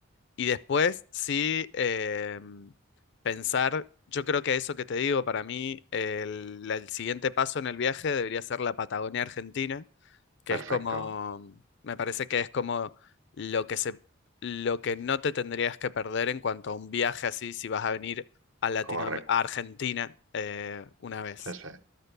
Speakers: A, on the left; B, on the right.
A: Y después sí eh, pensar, yo creo que eso que te digo, para mí el, el siguiente paso en el viaje debería ser la Patagonia Argentina, que
B: Perfecto,
A: es como, me parece que es como lo que se, lo que no te tendrías que perder en cuanto a un viaje así si vas a venir a Latinoam-
B: correcto.
A: a Argentina eh, una vez.
B: Sí, sí.